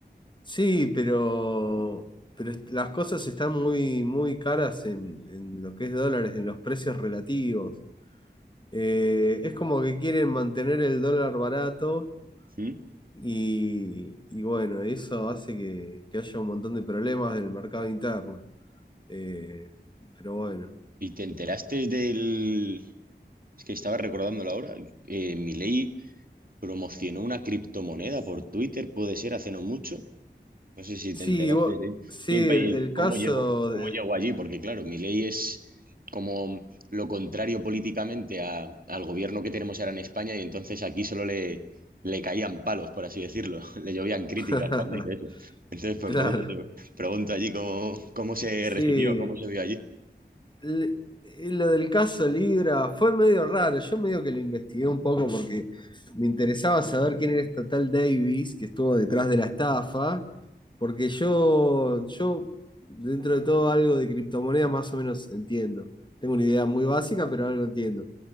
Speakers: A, on the left (about 25°); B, on the right (about 55°).
A: Sí, pero, pero est- las cosas están muy, muy caras en, en lo que es dólares, en los precios relativos. Eh, es como que quieren mantener el dólar barato
B: ¿Mm?
A: Y, y bueno, eso hace que, que haya un montón de problemas en el mercado interno. Eh, pero bueno.
B: ¿Y te enteraste del, Es que estaba recordándolo ahora. Eh, Milei promocionó una criptomoneda por Twitter, puede ser, hace no mucho. No sé si
A: Sí,
B: te enteraste
A: vo-
B: de
A: sí,
B: qué país,
A: el, el
B: cómo
A: caso
B: llegó, cómo
A: de...
B: llegó allí, porque claro, Milei es como lo contrario políticamente a- al gobierno que tenemos ahora en España y entonces aquí solo le, le caían palos, por así decirlo. <laughs> Le llovían críticas
A: <laughs>
B: cuando hizo eso. Entonces, pues
A: Claro,
B: por eso te pregunto allí cómo, cómo se
A: sí.
B: recibió, cómo se vio allí.
A: le- eh, lo del caso Libra fue medio raro. Yo medio que lo investigué un poco porque me interesaba saber quién era esta tal Davis que estuvo detrás de la estafa. Porque yo, yo dentro de todo, algo de criptomonedas más o menos entiendo. Tengo una idea muy básica, pero algo entiendo.